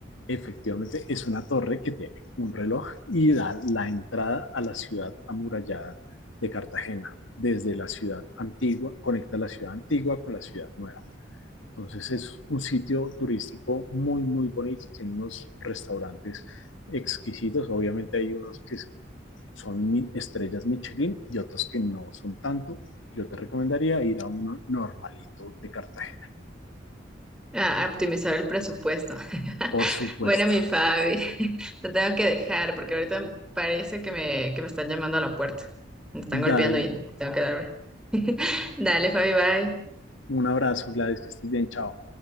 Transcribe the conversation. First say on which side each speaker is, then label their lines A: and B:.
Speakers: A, on the left (about 90°); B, in the centre.
A: Efectivamente, es una torre que tiene un reloj y da la entrada a la ciudad amurallada de Cartagena. Desde la ciudad antigua, conecta la ciudad antigua con la ciudad nueva. Entonces es un sitio turístico muy, muy bonito. Tiene unos restaurantes exquisitos. Obviamente hay unos que son estrellas Michelin y otros que no son tanto. Yo te recomendaría ir a uno normalito de Cartagena.
B: Ah, a optimizar el presupuesto. <laughs>
A: Por supuesto.
B: Bueno, mi Fabi, <laughs> te tengo que dejar porque ahorita parece que me, que me están llamando a la puerta. Me están golpeando
A: Dale
B: y tengo que darme. <laughs> Dale, Fabi, bye.
A: un abrazo, Gladys, que estés bien. Chao.